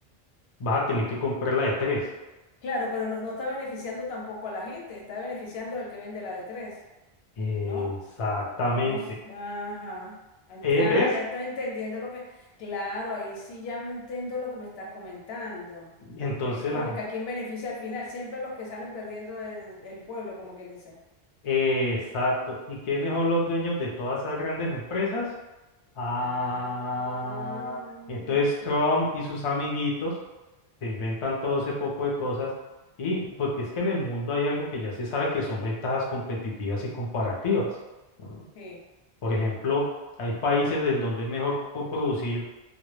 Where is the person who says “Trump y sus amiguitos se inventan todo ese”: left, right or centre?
Left